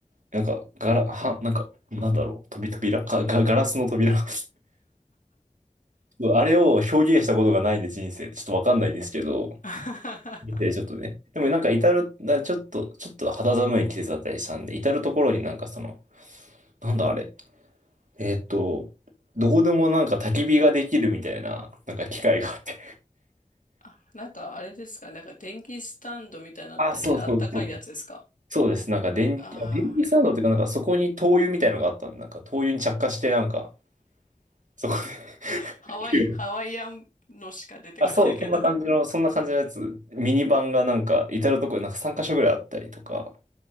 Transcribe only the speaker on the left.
<laughs>
あ、なんかあれですかなんか電気スタンドみたいになっててあったかいやつですか
ああ
ー、ハワイ、
ハワイアンのしか出てこないけど。